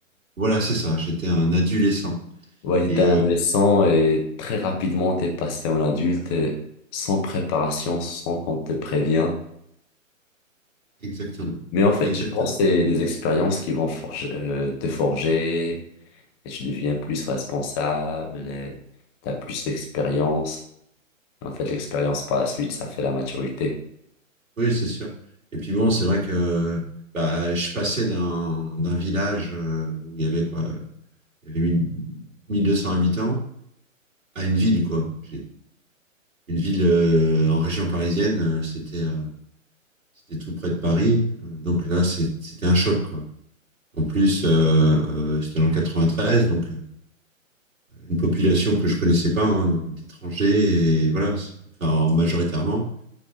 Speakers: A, on the right; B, on the left.
A: Voilà, c'est ça, j'étais un adolescent.
B: Ouais, t'étais
A: Et
B: un
A: euh,
B: adolescent et très rapidement t'es passé en adulte et sans préparation, sans qu'on te prévient.
A: exactement,
B: Mais en fait,
A: exactement.
B: je pense que c'est des expériences qui vont forger, euh, te forger et tu deviens plus responsable et t'as plus d'expérience. En fait, l'expérience par la suite, ça fait la maturité.
A: Oui, c'est sûr. Et puis bon, c'est vrai que bah, je passais d'un d'un village euh, où il y avait quoi, il y avait 1000 1200 habitants à une ville quoi. J'ai une ville euh, en région parisienne, euh, c'était euh, c'était tout près de Paris. Euh, Donc là, c'est- c'était un choc quoi. En plus, euh, euh, c'était dans le 93, donc euh, une population que je connaissais pas, hein, d'étrangers et voilà, c'est- enfin majoritairement.